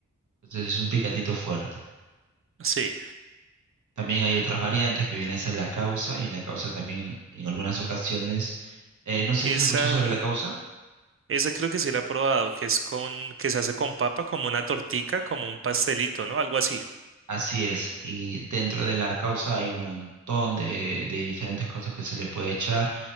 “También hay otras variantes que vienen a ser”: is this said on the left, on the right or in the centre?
Right